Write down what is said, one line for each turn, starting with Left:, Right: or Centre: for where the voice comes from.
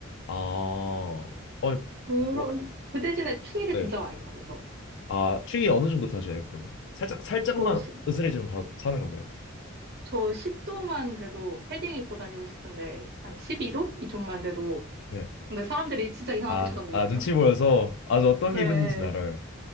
Left: 아, 어, 어,
Right: 그런, 그 대신에 추위를
Left: 네.
Right: 진짜 많이 타요, 저.
Left: 아, 추위 어느 정도 타셔요, 그러면? 살짝 살짝만
Right: 저, 시-
Left: 으스해지면 바로 사는 건가요?
Right: 저 10도만 돼도 패딩 입고 다니고 싶은데, 한 12도? 이쪽만 돼도.
Left: 네.
Right: 근데 사람들이 진짜 이상하게
Left: 아,
Right: 쳐다보거든요.
Left: 아, 눈치 보여서 아주 어떤
Right: 네.
Left: 기분인지는 알아요.